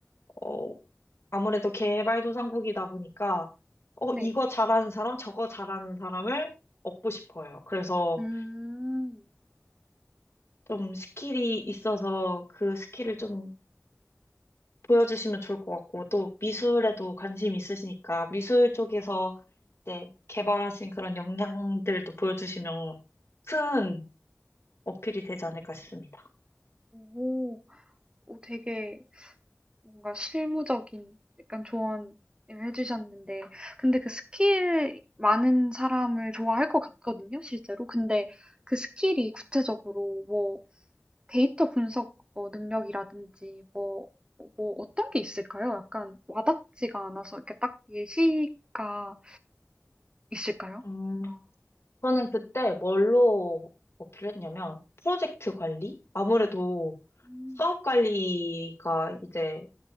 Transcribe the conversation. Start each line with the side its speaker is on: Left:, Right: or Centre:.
Left: 어, 아무래도 개발도상국이다 보니까, 어,
Right: 네.
Left: 이거 잘하는 사람, 저거 잘하는 사람을 얻고 싶어요. 그래서
Right: 음.
Left: 좀 스킬이 있어서 그 스킬을 좀 보여주시면 좋을 것 같고, 또 미술에도 관심 있으시니까, 미술 쪽에서 이제 개발하신 그런 역량들도 보여주시면 큰 어필이 되지 않을까 싶습니다.
Right: 오. 오, 되게 뭔가 실무적인 약간 조언을 해 주셨는데 근데 그 스킬 많은 사람을 좋아할 것 같거든요 실제로. 근데 그 스킬이 구체적으로 뭐 데이터 분석 뭐 능력이라든지 뭐 뭐 어떤 게 있을까요? 약간 와닿지가 않아서 이렇게 딱 예시가 있을까요?
Left: 음,
Right: 뭔가?
Left: 저는 그때 뭘로 어필했냐면, 프로젝트 관리? 아무래도
Right: 음.
Left: 사업 관리가 이제